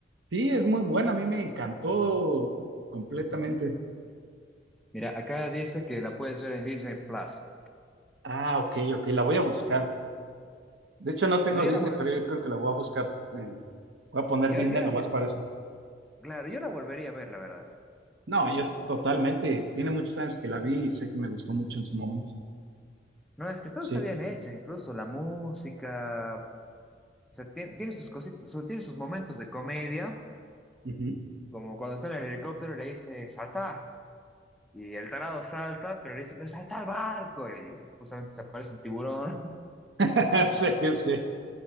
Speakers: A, on the right; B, in the centre.
A: Sí, es muy buena. A mí me encantó completamente.
B: Mira, acá dice que la puedes ver en Disney Plus.
A: Ah, ok, ok. La voy a buscar. De hecho, no tengo
B: Pero yo
A: Disney,
B: la vol-
A: pero yo creo que la voy a buscar. eh, voy a poner
B: yo,
A: Disney
B: yo la
A: nomás
B: vol-
A: para eso.
B: claro, yo la volvería a ver, la verdad.
A: No, yo totalmente. Tiene muchos años que la vi y sé que me gustó mucho en su momento.
B: No, es que todo
A: Sí.
B: está bien hecho, incluso la música. O sea, tien- tiene, sus cositas, su- tiene sus momentos de comedia
A: ujú.
B: Como cuando está en el helicóptero le dice, salta. Y el tarado salta, pero le dice, pero salta al barco. Y justamente se aparece un tiburón.
A: <laughs> Sí, sí.